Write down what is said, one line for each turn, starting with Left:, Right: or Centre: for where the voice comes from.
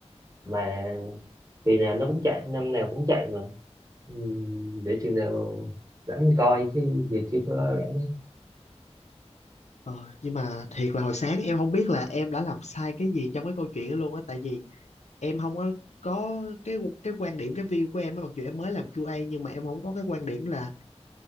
Right: mà kỳ nào nó cũng chạy năm nào cũng chạy mà Ừ, để chừng nào rảnh coi chứ giờ chưa có rảnh
Left: Ờ, nhưng mà thiệt là hồi sáng em không biết là em đã làm sai cái gì trong cái câu chuyện đó luôn á tại vì em không có có cái cái quan điểm cái view của em á, mặc dù em mới làm QA nhưng mà em không có cái quan điểm là